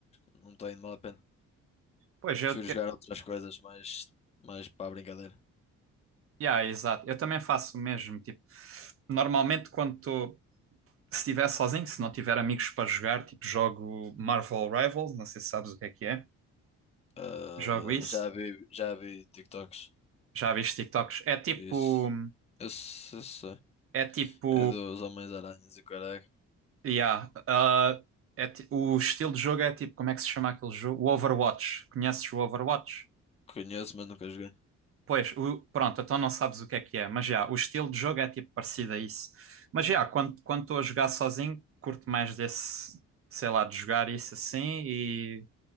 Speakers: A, on the left (about 20°); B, on the right (about 50°).
A: Não tem mal a pena.
B: Pois, eu,
A: Prefiro jogar outras coisas, mais, mais para a brincadeira.
B: Yeah, exato. Eu também faço o mesmo. Tipo, normalmente quando tô- se estiver sozinho, se não tiver amigos para jogar, tipo, jogo Marvel Rivals, não sei se sabes o que é que é.
A: Ah,
B: Jogo isso.
A: já vi, já vi TikToks
B: Já viste TikToks? É tipo,
A: disso. Eu, se- eu sei.
B: é tipo,
A: É dos Homens-Aranhas e o caralho.
B: yeah, ah, é ti- o estilo de jogo é tipo, como é que se chama aquele jogo? O Overwatch. Conheces o Overwatch?
A: Conheço, mas nunca joguei.
B: Pois, o- pronto, então não sabes o que é que é, mas já, o estilo de jogo é tipo parecido a isso. Mas já, quando quando estou a jogar sozinho, curto mais desse, sei lá, de jogar isso assim. E